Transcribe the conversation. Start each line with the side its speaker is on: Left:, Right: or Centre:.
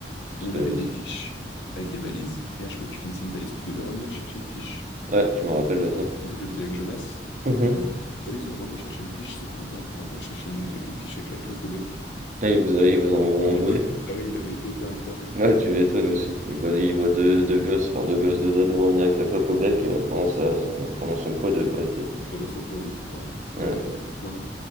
Right: parce
Left: et on
Right: que
Left: avait
Right: là, je
Left: des
Right: sais.
Left: fiches avec des balises. Et à chaque fois que tu finissais une balise, tu devais revenir chercher une fiche.
Right: Ouais, je me rappelle de ça.
Left: Moi, je le faisais avec Jonas.
Right: Mhm.
Left: Et on finit une balise, on revient chercher une fiche, ce qu'on revient, on revient chercher une, une fiche avec la clope au bec.
Right: Ah, ils vous, a- ils vous ont
Left: Et
Right: embrouillé?
Left: du coup, Tartari, il avait pété un câble.
Right: Ah, tu m'étonnes aussi. Il voit, il voit deux, deux gosses, enfin deux gosses, deux ados revenir avec la clope au bec euh, pendant, sa, son, pendant son quad, de pas être. euh,
Left: pendant son cours de sport. ouais.
Right: Ouais.
Left: On n'était pas très malin.